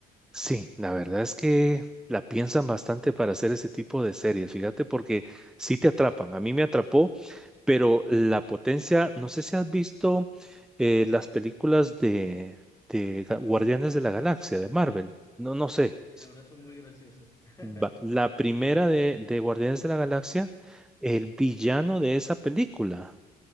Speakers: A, in the centre; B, on the left.
A: sí, la verdad es que la piensan bastante para hacer ese tipo de series, fíjate, porque sí te atrapan. A mí me atrapó, pero la potencia, no sé si has visto eh, las películas de, de Ga- Guardianes de la Galaxia, de Marvel, no, no sé.
B: Y
A: si
B: la verdad son muy graciosas. <laughs>
A: Va- La primera de, de Guardianes de la Galaxia, el villano de esa película,